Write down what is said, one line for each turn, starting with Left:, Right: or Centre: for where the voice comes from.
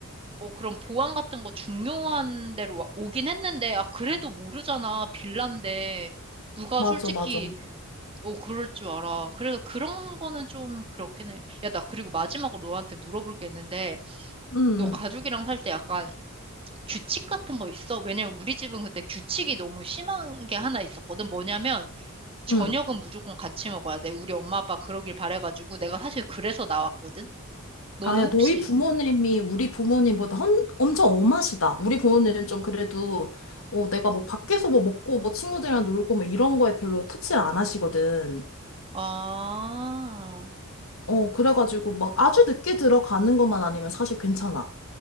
Right: 어, 그럼 보안 같은 거 중요한 데로 와- 오긴 했는데, 아, 그래도 모르잖아. 빌란데. 누가
Left: 맞아,
Right: 솔직히,
Left: 맞아. 응,
Right: 어, 그럴 줄 알아. 그래서 그런 거는 좀 그렇긴 해. 야, 나 그리고 마지막으로 너한테 물어볼 게 있는데,
Left: 응.
Right: 너 가족이랑 살 때 약간 규칙 같은 거 있어? 왜냐면 우리 집은 그때 규칙이 너무 심한 게 하나 있었거든. 뭐냐면, 저녁은
Left: 응.
Right: 무조건 같이 먹어야 돼. 우리 엄마 아빠 그러길 바래가지고, 내가 사실 그래서 나왔거든? 너는
Left: 아, 야,
Right: 혹시,
Left: 너희 부모님이 우리 부모님보다 헌, 엄청 엄하시다. 우리 부모님은 좀 그래도, 어, 내가 뭐 밖에서 뭐 먹고 뭐 친구들이랑 놀고 뭐 이런 거에 별로 터치를 안 하시거든.
Right: 아,
Left: 어, 그래가지고 막 아주 늦게 들어가는 것만 아니면 사실 괜찮아.